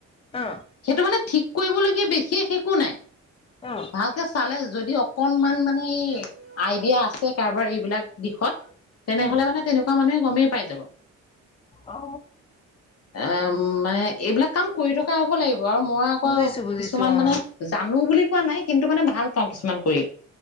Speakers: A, on the left (about 20°); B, on the left (about 55°).
A: অ
B: সেইটো মানে ঠিক কৰিবলগীয়া বিশেষ একো নাই
A: অ
B: ভালকে চালে যদি অকনমান মানে এই আইডিয়া আছে কাৰোবাৰ এইবিলাক দিশত তেনেহলে
A: উম
B: মানে তেনেকুৱা মানুহে কমেই পাইছে
A: অ
B: অ মানে এইবিলাক কাম কৰি থকা হ'ব লাগিব। আৰু মই আকৌ
A: বুজিছো বুজিছো
B: কিছুমান
A: অ
B: মানে জানো বুলি পোৱা নাই কিন্তু মানে ভাল পাওঁ কিছুমান কৰি